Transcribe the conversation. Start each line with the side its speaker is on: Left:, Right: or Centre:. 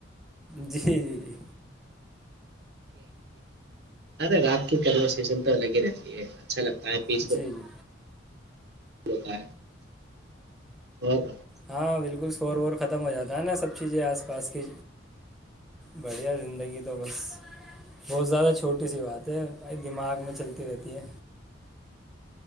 Centre: جی جی جی
Right: رے رات کی کنورسشن تو الگ ہی رہتی ہے اچھا لگتا ہے پیس
Centre: جی
Right: کو
Centre: جی
Right: بتا ہو گ
Centre: ہاں بالکل شور وور ختم ہو جاتا ہے نا سب چیزیں آس پاس کی بڑھیا زندگی تو بس بہت زیادہ چھوٹی سی بات ہے دماغ میں چلتی رہتی ہے